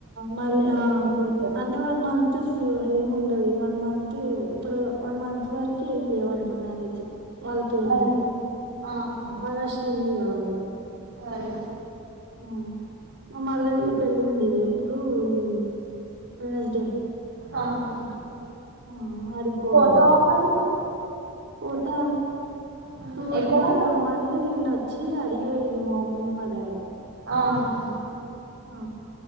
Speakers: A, on the right; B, on the right.
A: మళ్ళీ
B: బిజీ
A: ఆ
B: బిజీ
A: అది
B: అయిపోతారు
A: అంటే వన్ మంత్ ఫీవ ఏం ఉండదు ఈ వన్ మంత్ ఇప్పుడు వన్ మంత్ వరకు ఏమి లేవంట మ్యారేజ్ వాళ్ళ పేరు
B: అరే
A: మీద
B: ఆహా
A: వరశలు ఉందిగా వాళ్ళ
B: అరే
A: ఉమ్ మా మరదలది
B: ఇంకే
A: పళ్ల్ ఉంది ఏప్ ప్పుడు ఈ వెనస్డే
B: ఆహా
A: ఆ ఆడిపోవాలి
B: పోతావా మరి
A: అ
B: ఉమ్,
A: తొడుగూడా
B: ఎక్కడ
A: రమ్మనీ నేను నిన్న వచ్చి అడిగిపోయింది మా మమ్మీని మా డాడీని
B: అహా
A: ఆ